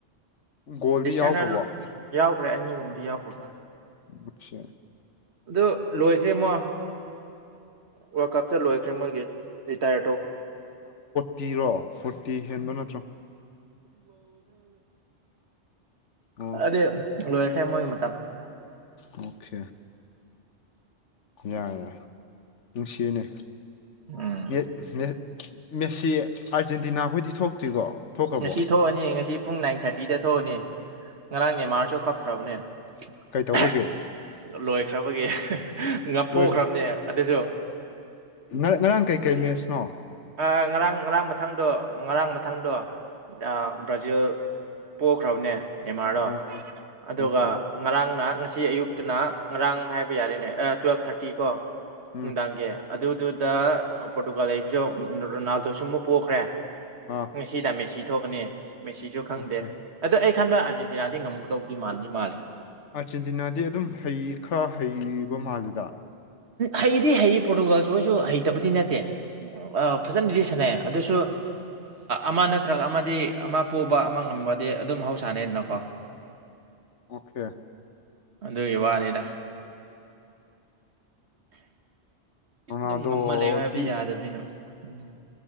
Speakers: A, on the left; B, on the right.
A: ꯒꯣꯜꯗꯤ
B: ꯗꯤꯁꯅꯦꯜ
A: ꯌꯥꯎꯈ꯭ꯔꯕꯣ
B: ꯌꯥꯎꯈ꯭ꯔꯦ ꯑꯅꯤꯒꯨꯝꯕꯗꯤ ꯌꯥꯎꯈ꯭ꯔ ꯃꯥꯜꯂꯦ
A: ꯑꯆꯥ
B: ꯑꯗꯨ ꯂꯣꯏꯈ꯭ꯔꯦꯃꯣ ꯋꯥꯔꯜ ꯀꯞꯇ ꯂꯣꯏꯈ꯭ꯔꯦ ꯃꯣꯏꯒꯤ ꯔꯤꯇꯥꯌꯔ ꯇꯧꯈ꯭ꯔꯦ
A: ꯄꯤꯔꯣ ꯐꯣꯔꯇꯤ ꯍꯦꯟꯕ ꯅꯠꯇ꯭ꯔꯣ ꯑꯣ
B: ꯑꯗ ꯂꯣꯏꯈꯦ ꯃꯣꯏ ꯃꯇꯝ
A: ꯑꯣꯀꯦ ꯌꯥꯏ ꯌꯥꯏ ꯅꯨꯡꯁꯤꯅꯦ
B: ꯎꯝ
A: ꯃꯦꯠ ꯃꯦꯠ ꯃꯦꯁꯤ ꯑꯥꯔꯖꯦꯟꯇꯤꯅꯥꯈꯣꯏꯗꯤ ꯊꯣꯛꯇ꯭ꯔꯤꯀꯣ ꯊꯣꯛꯈ꯭ꯔꯕꯣ
B: ꯉꯁꯤ ꯊꯣꯛꯑꯅꯤ ꯉꯁꯤ ꯄꯨꯡ ꯅꯥꯏꯟ ꯊꯥꯔꯇꯤꯗ ꯊꯣꯛꯑꯅꯤ ꯉꯔꯥꯡ ꯅꯦꯃꯥꯔꯁꯨ ꯀꯞꯈ꯭ꯔꯕꯅꯦ
A: ꯀꯩꯇꯧꯕꯒꯤ
B: ꯑꯥ ꯂꯣꯏꯈ꯭ꯔꯕꯒꯤ ꯉꯥꯄꯣꯛꯈ꯭ꯔꯕꯅꯦ
A: ꯂꯣꯏꯈ꯭ꯔ
B: ꯑꯗꯨꯁꯨ
A: ꯉꯔꯥꯡ ꯉꯔꯥꯡ ꯀꯩꯀꯩ ꯃꯦꯠꯁꯅꯣ
B: ꯑꯥ ꯉꯔꯥꯡ ꯉꯔꯥꯡ ꯃꯊꯪꯗꯣ ꯉꯔꯥꯡ ꯃꯊꯪꯗꯣ ꯑꯥ ꯕ꯭ꯔꯥꯖꯤꯜ ꯄꯣꯛꯈ꯭ꯔꯕꯅꯦ ꯅꯦꯃꯥꯔꯗꯣ
A: ꯑꯣꯀꯦ
B: ꯑꯗꯨꯒ
A: ꯑꯣꯀꯦ
B: ꯉꯔꯥꯡ ꯅꯍ ꯉꯁꯤ ꯁꯤ ꯑꯌꯨꯛꯇꯅ ꯉꯔꯥꯡ ꯍꯥꯏꯕ ꯌꯥꯔꯦꯅꯦ ꯑꯥ ꯇꯨꯌꯦꯜꯞ ꯊꯥꯔꯇꯤ ꯀꯣ
A: ꯎꯝ
B: ꯅꯨꯡꯗꯥꯡꯒꯤ ꯑꯗꯨꯗꯨꯗ ꯄꯣꯔꯇꯨꯒꯥꯜ ꯂꯩꯕꯁꯨ ꯔꯣꯅꯥꯜꯗꯣꯁꯨ ꯑꯃꯨꯛ ꯄꯣꯛꯈ꯭ꯔꯦ
A: ꯑꯥ
B: ꯉꯁꯤꯗ ꯃꯦꯁꯤ ꯊꯣꯛꯀꯅꯤ ꯃꯦꯁꯤꯁꯨ ꯈꯪꯗꯦ
A: ꯑꯣꯀꯦ
B: ꯑꯗ ꯑꯩ ꯈꯟꯕ ꯑꯥꯔꯖꯦꯟꯇꯤꯅꯥꯗꯤ ꯉꯝꯒꯗꯧꯕꯗꯤ ꯃꯥꯜꯂꯗꯤ ꯃꯥꯜꯂꯦ
A: ꯑꯥꯔꯖꯦꯟꯇꯤꯅꯥꯗꯤ ꯑꯗꯨꯝ ꯍꯩ ꯈꯔ ꯍꯩꯕ ꯃꯥꯜꯂꯤꯗ
B: ꯍꯩꯗꯤ ꯍꯩ ꯄꯣꯔꯇꯨꯒꯥꯜꯁꯨ ꯑꯩꯁꯨ ꯍꯩꯇꯕꯗꯤ ꯅꯠꯇꯦ ꯑꯥ ꯐꯖꯅꯗꯤ ꯁꯥꯟꯅꯩ ꯑꯗꯨꯁꯨ ꯑꯃ ꯅꯠꯇ꯭ꯔꯒ ꯑꯃꯗꯤ ꯑꯃ ꯄꯨꯕ ꯑꯃ ꯉꯝꯕꯗꯤ ꯑꯗꯨꯝ ꯃꯍꯧꯁꯥꯅꯩꯗꯅꯀꯣ
A: ꯑꯣꯀꯦ
B: ꯑꯗꯨꯒꯤ ꯋꯥꯅꯤꯗ
A: ꯔꯣꯅꯥꯜꯗꯣꯗꯤ
B: ꯑꯗꯨꯝ ꯉꯝꯃ ꯂꯩꯌꯣ ꯍꯥꯏꯕꯗꯤ ꯌꯥꯗꯕꯅꯤꯅ ꯎꯝ